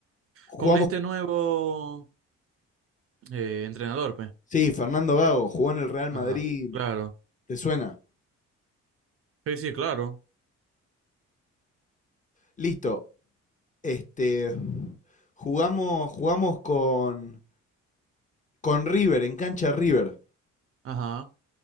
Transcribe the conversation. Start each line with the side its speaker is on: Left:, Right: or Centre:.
Left: Jugamos,
Right: Con este nuevo eh, entrenador, pues.
Left: sí, Fernando Gago jugó en el Real Madrid,
Right: Ajá, claro.
Left: ¿te suena?
Right: Sí, sí, claro.
Left: Listo. Este, jugamos, jugamos con, con River, en cancha River.
Right: Ajá.